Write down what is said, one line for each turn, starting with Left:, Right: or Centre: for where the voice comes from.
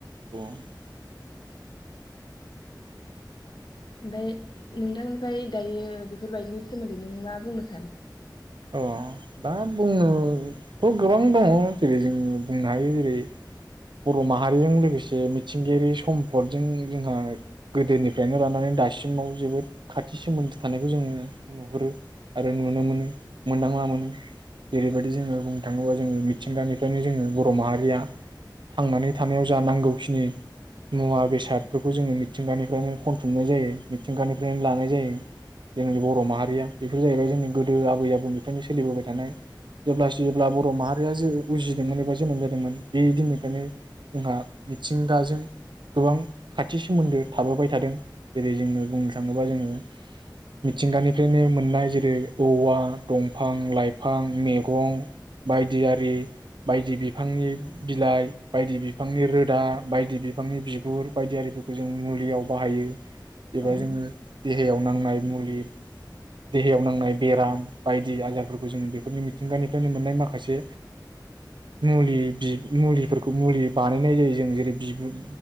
Right: <unintelligible>
Left: ओमफ्राय नोंथांनिफ्राय दायो बेफोरबायदिनि सोमोन्दै नों मा बुंनो सानो?
Right: अ दा बुंनोथ' गोबां दङ जेरै जोङो बुंनो हायो जेरै बर' माहारिजों लोगोसे मिथिंगायारि सम्फदजों जोंहा गोदोनिफ्रायनो लानानै दासिमाव जोबोद खाथि सोमोन्दो थानायखौ जोङो नुहुरो आरो नुनो मोनो । मोनदांला मोनो जेरैबायदि जोङो बुंनो थाङोबा जोङो मिथिंगानिफ्रायनो जोङो बर' माहारिया थांनानै थानायाव जा नांगौखिनि मुवा बेसादफोरखौ जोङो मिथिंगानिफ्रायनो खनथुमनाय जायो मिथिंगानिफ्रायनो लानाय जायो जोंनि बर' माहारिया बेफोर जाहैबाय जोंनि गोदो आबै आबौनि निफ्रायनो सोलिबोबाय थानाय जेब्ला जेब्ला बर' माहारिया उजिदोंमोन एबा जोनोम जादोंमोन बे दिननिफ्रायनो जोंहा मिथिंगाजों गोबां खाथि सोमोन्दो थाबोबाय थादों जेरै जोङो बुंनो थाङोबा जोङो मिथिंगानिफ्रायनो मोननाय जेरै औवा दंफां लाइफां मेगं बायदि आरि बायदि बिफांनि बिलाइ बायदि बिफांनि रोदा बायदि बिफांनि बिगुर बायदि आरिफोरखौ जों मुलियाव बाहायो एबा
Left: औ
Right: जोङो देहायाव नांनाय मुलि देहायाव नांनाय बेराम बायदि आजारफोरखौ जोंङो बेफोरनि मिथिंगानिफ्रायनो मोननाय माखासे मुलि बि मुलिफोरखौ मुलि बानायनाय जायो जों जेरै बिगुद